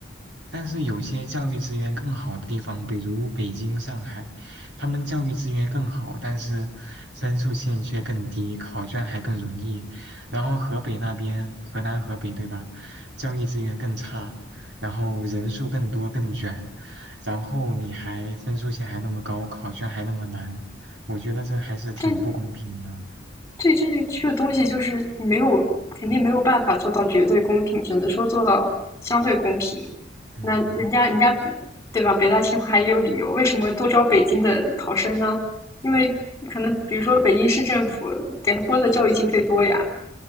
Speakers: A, on the right; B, on the left.
A: 但是有些教育资源更好的地方，比如北京、上海，他们教育资源更好，但是分数线却更低，考卷还更容易。然后河北那边，河南、河北，对吧？教育资源更差，然后人数更多、更卷，然后你还分数线还那么高，考卷还那么难，我觉得这还是挺不公平的。
B: 但对这个这个东西就是没有肯定没有办法做到绝对公平，只能说做到相对公平。
A: 嗯，
B: 那人家人家
A: 对，
B: 对吧？北大清华也有理由，为什么多招北京的考生呢？因为可能比如说北京市政府给他拨的教育经费多呀，